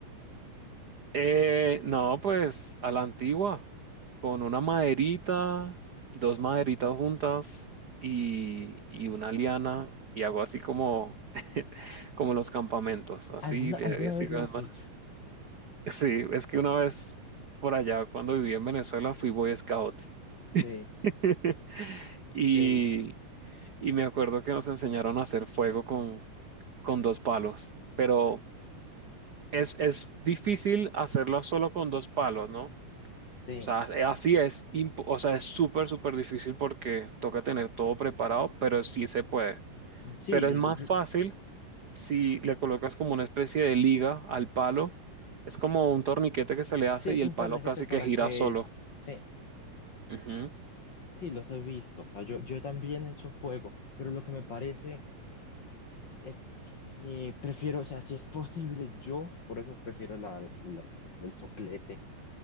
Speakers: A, on the right; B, on the left.
A: Eh, no, pues a la antigua, con una maderita, dos maderitas juntas y, y una liana, y hago así como, <laughs> como los campamentos, así
B: ¿Alguna,
A: le
B: alguna
A: doy así
B: vez
A: con
B: lo has
A: las manos.
B: hecho?
A: Sí, es que una vez por allá, cuando viví en Venezuela, fui Boy Scout.
B: Sí,
A: <laughs>
B: ok,
A: Y, y me acuerdo que nos enseñaron a hacer fuego con, con dos palos, pero es, es difícil hacerlo solo con dos palos, ¿no? O
B: sí.
A: sea, es- así es, imp- o sea, es súper, súper difícil porque toca tener todo preparado, pero sí se puede.
B: Sí,
A: Pero
B: yo,
A: es más
B: yo- yo-
A: fácil si le colocas como una especie de liga al palo. Es como un torniquete que se le hace
B: sí, es
A: y el
B: un
A: palo
B: torniquete
A: casi
B: para
A: que gira
B: que...
A: solo.
B: Sí,
A: Ujú.
B: sí, los he visto. O sea, yo, yo también he hecho fuego, pero lo que me parece es que prefiero, o sea, si es posible, yo, por eso prefiero la, la- el soplete,